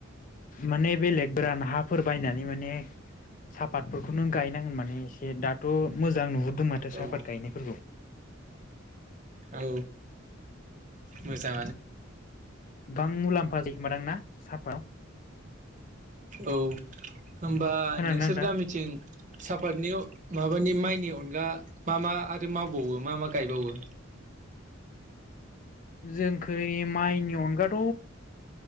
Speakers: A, on the left (about 40°); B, on the right (about 40°).
A: माने बेल गोरान हाफोर बायनानै माने साहापातफोरखौनो गायनांगोन माने एसे दाथ' मोजां नुहुरदों माथो
B: औ
A: साहाफात गायनायफोरबौ
B: औ मोजा
A: बां मुलाम्फा जायो खोमादां ना? साब फाव।
B: औ। होमबा
A: खोनादोंना
B: नोंसोर
A: नोंथां?
B: गामिथिं साफातनि माबानि माइनि अनगा मा मा आरो मावबावो मा मा गायबावो?
A: जोंखै माइनि अनगाथ'